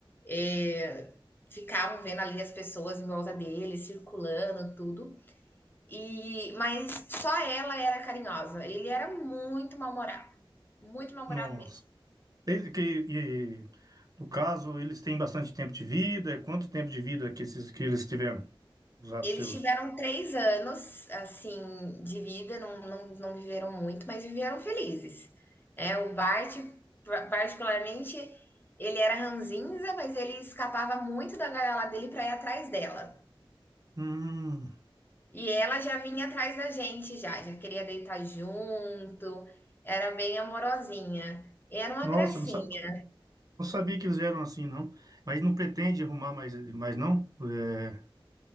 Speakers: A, on the left; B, on the right.
A: é, ficavam vendo ali as pessoas em volta dele, circulando, tudo. E, mas só ela era carinhosa. Ele era muito mal-humorado. Muito mal-humorado
B: Nossa.
A: mesmo.
B: Ele- que, e, no caso, eles têm bastante tempo de vida. Quanto tempo de vida que esses que eles tiveram? Os ratos
A: Eles
B: seus?
A: tiveram três anos, assim, de vida, não, não, não viveram muito, mas viveram felizes. É, o Bart, particularmente, ele era ranzinza, mas ele escapava muito da gaiola dele para ir atrás dela.
B: Hum.
A: E ela já vinha atrás da gente já, já queria deitar junto, era bem amorosinha. Era uma
B: Nossa,
A: gracinha.
B: não, sa- não sabia que eles eram assim, não. Mas não pretende arrumar mais, mais não? É,